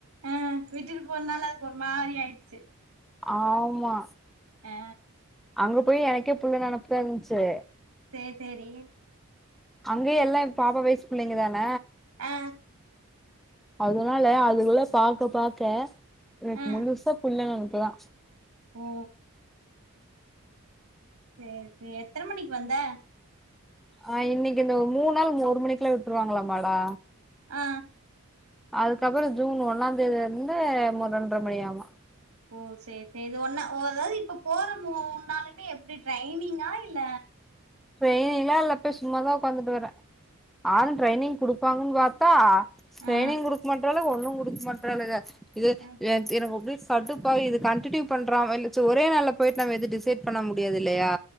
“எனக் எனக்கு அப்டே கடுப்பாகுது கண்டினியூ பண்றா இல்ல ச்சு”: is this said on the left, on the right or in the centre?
Centre